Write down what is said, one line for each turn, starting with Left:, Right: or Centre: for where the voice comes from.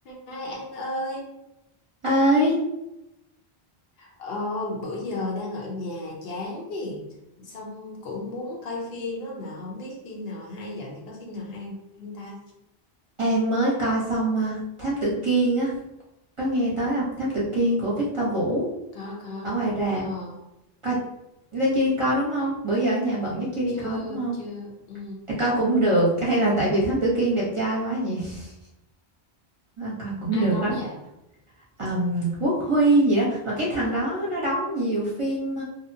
Left: Hai An ơi,
Right: ấy,
Left: ờ, bữa giờ đang ở nhà chán gì, xong cũng muốn coi phim đó mà không biết phim nào hay, dạo này có phim nào hay không ta?
Right: An mới coi xong à, Thám Tử Kiên á, có nghe tới không? Thám Tử Kiên của Victor Vũ
Left: Có có,
Right: ở ngoài rạp.
Left: ờ,
Right: Coi lên chưa đi coi đúng không? Bữa giờ ở nhà bận nhất chưa đi
Left: chưa
Right: coi đúng không?
Left: chưa, ừ.
Right: Ê, coi cũng được, hay là tại vì Thám Tử Kiên đẹp trai quá nhỉ? <laughs> Coi cũng
Left: Ai
Right: được
Left: đóng
Right: lắm.
Left: vậy?
Right: Ờm, Quốc Huy gì đó, mà cái thằng đó nó đóng nhiều phim